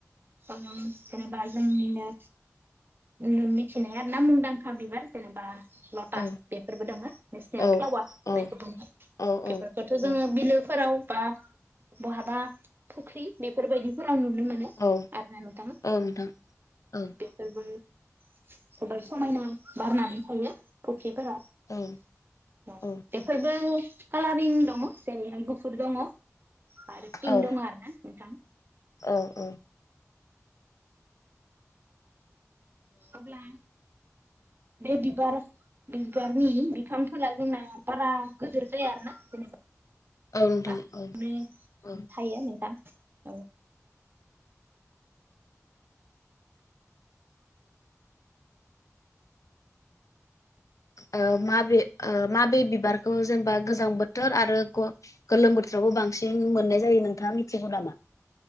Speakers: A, on the right (about 40°); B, on the left (about 80°).
A: जेनेबा जोंनिनो मिथिनाया आरो ना मुंदांखा बिबार जेनेबा लटास
B: औ
A: बेफोरबो दङो नेसनेल
B: औ
A: फ्लावार
B: औ
A: जायखौ बुङो
B: औ
A: बेफोरखौथ'
B: औ औ
A: जोङो बिलोफोराव बा बहाबा फुख्रि बेफोरबायदिफोर आं नुनो मोनो
B: औ
A: आरो ना नोंथां
B: औ नोंथां औ
A: बेफोरबो गोबां समायना बारनानै थायो। ब <unintelligible>
B: औ औ
A: बेफोरबो कालारिं दङ' जेरैहाय गुफुर दङ' आरो पिनक
B: औ
A: दङ' आरो ना नोंथां
B: औ औ
A: अब्ला बे बिबार बिबारनि बिफांफोरा जोंना बारा गिदिर जाया आरो ना जेनेबा
B: आऔ नोंथां
A: ओमफ्रायथायो
B: औ औ ओ
A: नोंथां औ
B: <inaudible> ओ माबे ओ माबे बिबारखौ जेनेबा गोजां बोथोर आरो ग गोलोम बोथोरावबो बांसिन मोननाय जायो नोंथाङा मिथिगौ नामा?